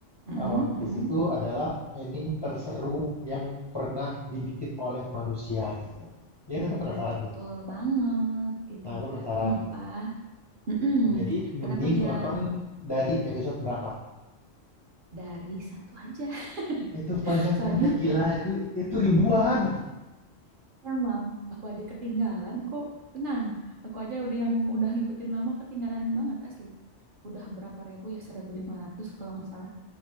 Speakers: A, on the right; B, on the left.
A: Mm-mm,
B: eh, One
A: mm-mm.
B: Piece itu adalah anime terseru yang pernah dibikin oleh manusia gitu. Ya, kan aku penasaran
A: Betul
B: nih.
A: banget gitu.
B: Nah, aku penasaran.
A: Kenapa? Mm-mm.
B: Jadi,
A: Kenapa
B: mending
A: dia
B: nonton dari episode berapa?
A: dari satu aja?
B: Itu
A: <laughs>
B: banyak
A: Soalnya
B: banget, gila. Itu itu ribuan.
A: emang aku aja ketinggalan kok. Tenang, aku aja udah yang udah ngikutin lama ketinggalan banget asli. Udah berapa ribu ya? seribu lima ratus kalau nggak salah.